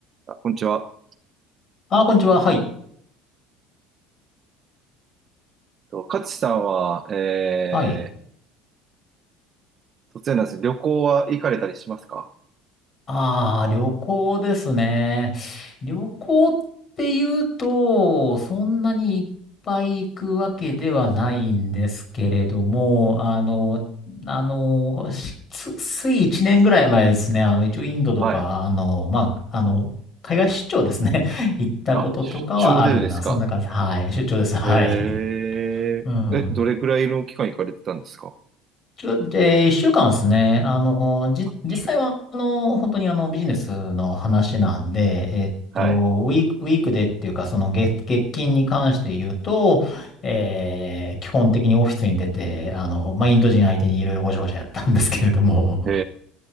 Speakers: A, on the right (about 30°); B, on the left (about 30°).
A: あ、こんにちは。
B: あー、こんにちは。はい。
A: と勝さんは、え
B: はい。
A: ー、突然なんです。旅行は行かれたりしますか
B: ああ、旅行ですね。旅行って言うと、そんなにいっぱい行くわけではないんですけれども、あの、あの、しつ、つい1年ぐらい前ですね、あの、一応インドとか、
A: はい。
B: あの、まあ、あの、海外出張ですね。<laughs> 行ったこととかはあるような、
A: あ、出張でですか。
B: そんな感じ。はい。出張です。はい。
A: え
B: うん。
A: ー、え、どれくらいの期間行かれてたんですか
B: ちょで、一週間ですね。あの、じ、
A: 一週間
B: 実際は、あの、本当にあの、ビジネスの話なんで、えっと、
A: はい。
B: ウィーク、ウィークでっていうか、その月、月金に関して言うと、えー基本的にオフィスに出て、あの、まあ、インド人相手にいろいろごちゃごちゃやったんですけれども、
A: え